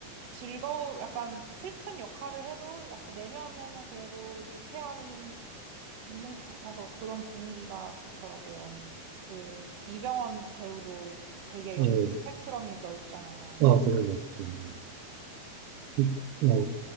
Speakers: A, on the right; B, on the right.
A: 즐거운, 약간 슬픈 역할을 해도, 약간 내면에는 그래도 유쾌함이 있는 것 같아서 그런 분위기가 좋더라고요. 그 이병헌 배우도 되게
B: 어,
A: 연기 스펙트럼이 넓잖아요.
B: 아, 그런 것 같아요. 음, 어,